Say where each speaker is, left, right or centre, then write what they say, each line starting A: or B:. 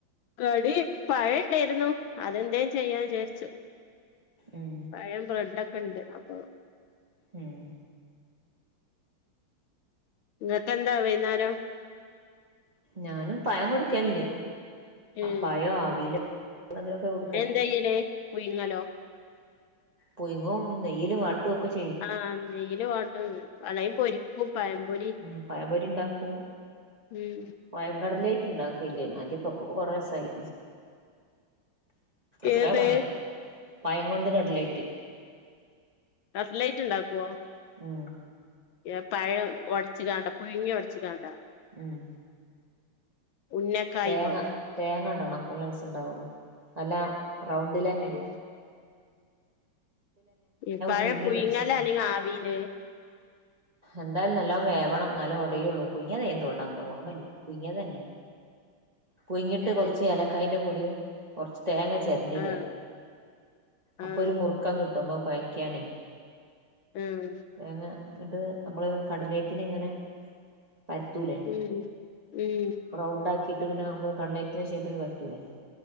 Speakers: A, on the left; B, on the right.
A: കടി പഴം ഉണ്ടായിരുന്നു അതെന്തേ ചെയ്യാന്ന് വിചാരിച്ചു.
B: ഉം
A: പഴയം ബ്രെഡ് ഒക്കെ ഉണ്ട് അപ്പൊ.
B: ഉം
A: ഇങ്ങൾക് എന്താ വൈന്നേരം.
B: ഞാനും പഴം കൊടുക്കലുണ്ട്.
A: ഉം
B: പഴം അവിയലിലും. ക്കെ കൊടുക്കല്.
A: എന്തായ്യല് പുഴുങ്ങലോ.
B: പുയ്ങ്ങും നെയ്യില് വാട്ടും. ഒക്കെ ചെയ്യും
A: ആഹ നെയ്യ്ല് വാട്ടും അല്ലങ്കി പൊരിക്കും പഴംപൊരി.
B: മ് പഴം പൊരിണ്ടാക്കു.
A: ഉം
B: പയം കട്ലറ്റ് ഇണ്ടാക്കില്ലേനോ അത്പ്പോ കൊ കൊറസായി. കൊറേ
A: ഏത്
B: പണിയ പഴം കൊണ്ട് കട്ട്ലേറ്റ്.
A: കട്ലൈറ്റ് ഉണ്ടാക്കുവോ.
B: ഉ മ്
A: ഏ പഴം ഒട്ച്ച് കാണ്ടാ പുയ്ങ്ങിഓടച്ച് കണ്ടോ.
B: ഉ മ്
A: ഉന്നക്കായി
B: തേങ്ങ
A: പോലെ
B: തേങ്ങടണം അപ്പളേ രസണ്ടാവൊള്ളൂ അല്ലാ റൗണ്ടിൽന്നെ.
A: ഉം ഇ പഴം
B: പുഴുങ്ങി
A: പുയ്ങ്ങലാ
B: പൊടിച്ചിട്ട്
A: അല്ലെങ്കിൽ ആവില്.
B: എന്തായലും നല്ലോണം വേവണം ഇന്നാലേ ഒടയുള്ളൂ പുയ്ങ്ങ്യതെനെന്ന്ണ്ടന്ന് ഓർമ്മല്യ പുയങ്ങ്യതന്നെ. പുയ്ങ്ങിട്ട്
A: ഉം
B: കൊർച്ച് ഏലക്കായിന്റെപൊടിയും കുറച്ച് തേങ്ങചെ ചര്ന്റിട
A: ആഹ്
B: അപ്പൊരു
A: ആഹ്
B: മുർക്കംകിട്ടുമ്പോ കോയക്ക്യാനെ.
A: ഉം
B: തേങ്ങ ന്നട്ട് നമ്മള് കടലേറ്റിൻങ്ങനെ. പരത്തൂലേ.
A: ഉം ഉം
B: റൗണ്ടാക്കിട്ട് പിന്ന മ്മള് കട്ലൈറ്റിന്റെ ഷേപ്പിൽ പരുത്തൂലെ